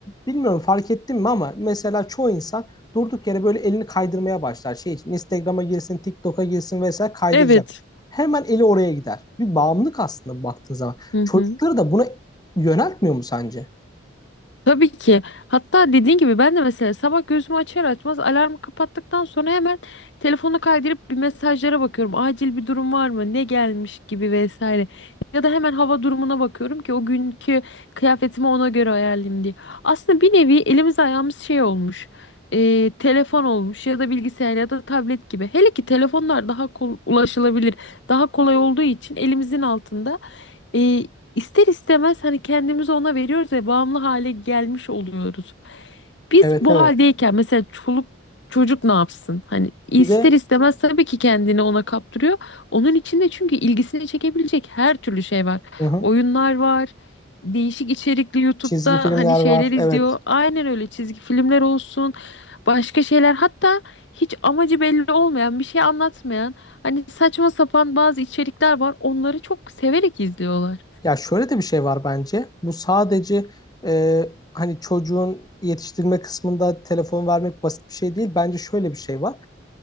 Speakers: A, on the left; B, on the left.
A: bilmiyorum fark ettin mi ama mesela çoğu insan durduk yere böyle elini kaydırmaya başlar. Şey için Instagram'a girsin, TikTok'a girsin vesaire kaydıracak.
B: Evet.
A: Hemen eli oraya gider. Bir bağımlılık aslında baktığın zaman.
B: Hı
A: Çocukları
B: hı.
A: da buna yöneltmiyor mu sence?
B: Tabii ki. Hatta dediğin gibi ben de mesela sabah gözümü açar açmaz alarmı kapattıktan sonra hemen telefonu kaydırıp bir mesajlara bakıyorum. Acil bir durum var mı? Ne gelmiş gibi vesaire. Ya da hemen hava durumuna bakıyorum ki o günkü kıyafetimi ona göre ayarlayayım diye. Aslında bir nevi elimiz ayağımız şey olmuş. e, telefon olmuş ya da bilgisayar ya da tablet gibi. Hele ki telefonlar daha kol- ulaşılabilir, daha kolay olduğu için elimizin altında. e, İster istemez hani kendimizi ona veriyoruz ve bağımlı hale gelmiş oluyoruz. Biz
A: Evet
B: bu
A: evet.
B: haldeyken mesela çoluk çocuk ne yapsın? Hani ister
A: Bir de
B: istemez tabii ki kendini ona kaptırıyor. Onun içinde çünkü ilgisini çekebilecek her türlü şey var.
A: hı hı,
B: Oyunlar var. Değişik içerikli YouTube'da
A: çizgi filmler
B: hani şeyler
A: var.
B: izliyor.
A: Evet.
B: Aynen öyle çizgi filmler olsun. Başka şeyler hatta hiç amacı belli olmayan bir şey anlatmayan hani saçma sapan bazı içerikler var. Onları çok severek izliyorlar.
A: Ya şöyle de bir şey var bence. Bu sadece e, hani çocuğun yetiştirme kısmında telefon vermek basit bir şey değil. Bence şöyle bir şey var.